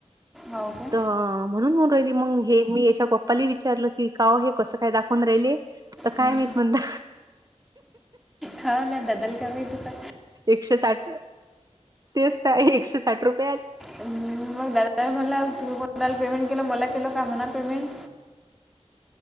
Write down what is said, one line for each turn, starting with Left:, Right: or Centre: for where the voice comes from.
Centre: हो का
Right: तर म्हणून मला. हिली मग हे मी याच्या गप्पाला विचारलं की काओ हे कसं काय दाखवून राहिले. तर काय
Centre: हम्
Right: माहीत म्हणता.
Centre: हा ना बदल कमी तता.
Right: एकशे साठ र तेच का आहे एकशे साठ रुपय.
Centre: मग दादा म्हणला तुण पेमेंट केलं मला केलं का म्हणा पेमेंट.